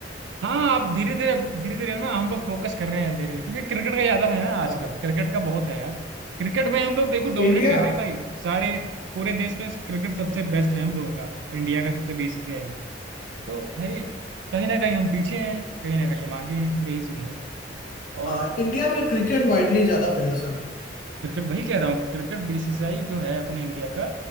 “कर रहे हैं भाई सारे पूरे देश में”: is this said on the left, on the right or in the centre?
Right